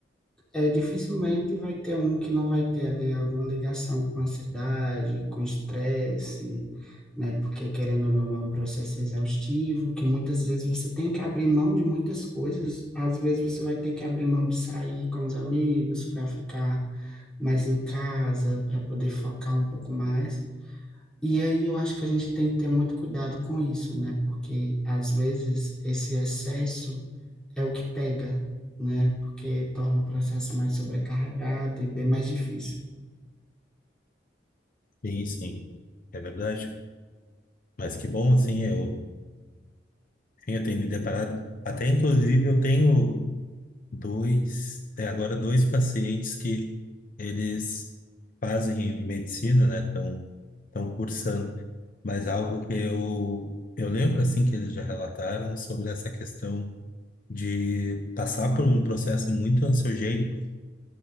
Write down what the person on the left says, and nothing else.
Sim, sim, é verdade. Mas que bom, assim, eu, enfim, eu tenho me deparado. Até, inclusive, eu tenho dois, até agora, dois pacientes que eles fazem medicina, né? Estão estão cursando. Mas algo que eu, eu lembro, assim, que eles já relataram sobre essa questão de passar por um processo muito ansiogênico